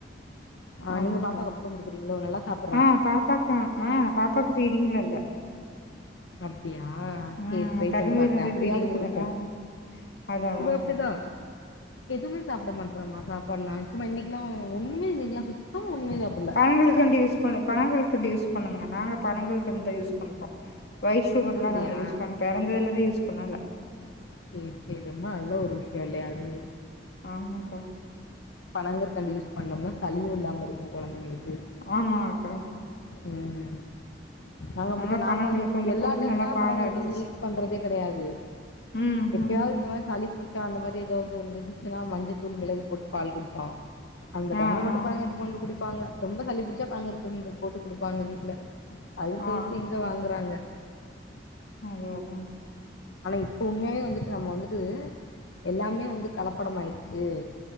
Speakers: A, on the left; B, on the left.
A: ஆ
B: ஆமாக்கா
A: நீங்க பாப்பாக்கு அப்டிதான் குடுக்கிறீங்களோ நல்லா சாப்
B: ஆ பாப்பாக்கு ஆ பாப்பாக்கு பீடிங்லா இல்ல
A: அப்டியா
B: ம்
A: சேர் ட்ரை
B: பெறந்ததுல
A: பண்ணி பாக்குறேன்
B: இருந்தே
A: அப்டியாவது
B: ஃபீடிங்ல
A: குடுப்போம்
B: ஆ அதா அதா
A: இவ இப்டிதா எதுவுமே சாப்ட மாட்றாமா சாப்பாட்லா சும்மா இன்னைக்கெல்லா ஒண்ணமே இன்னைக்கெல்லா சுத்தமா ஒண்ணுமே சாப்
B: பனகல்கண்டு யூஸ் பண்ணு பனகல்கண்டு யூஸ் பண்ணுங்க நாங்க பனகல்கண்டுதான் யூஸ் பண்றோம் ஒய்ட் சுகர்ல்லா
A: அப்டியா
B: நாங்க யூஸ் பண் பெறந்ததிலிருந்தே யூஸ் பண்ணல
A: சேர் சேர் ரொம்ப நல்ல ஒரு விஷயம் இல்லையா அது
B: ஆமாக்கா
A: பனங்கற்கண்டு யூஸ் பண்ணோம்னா சளியும் இல்லாம இருக்கும் கொழந்தைங்களுக்கு
B: ஆமா அக்கா
A: ம் நாங்க அப்டித்தா
B: நல்லா
A: நாங்க
B: பனங்கல்கண்டு
A: வந்து எல்லா
B: போட்டு
A: டைம்லா
B: நல்லா பால்
A: பனங்கற்கண்டு
B: அடிச்சு
A: யூஸ் பண்றதே கெடையாது
B: ம்
A: எப்யாது
B: ம்
A: இந்த மாரி சளி புடிச் சா அந்த மாரி ஏதாவது வந்து இருந்துச்சுன்னா மஞ்சத் தூள் மெளகு போட்டு பால் குடிப்போம் அந்த டைம்ல
B: ஆ
A: மட்டும்
B: ஆ
A: பனங்க போட்டு குடிப்பாங்க ரொம்ப சளி புடிச்சா பழங்கற்கண்டு போட்டு குடுப்பாங்க வீட்ல அது தவிர்த்து
B: ஆ
A: எங்க வாங்குறாங்க
B: அதா அதா
A: ஆனா இப்பவுமே வந்துட்டு நம்ம வந்துட்டு எல்லாமே வந்து கலப்படம் ஆயிடுச்சு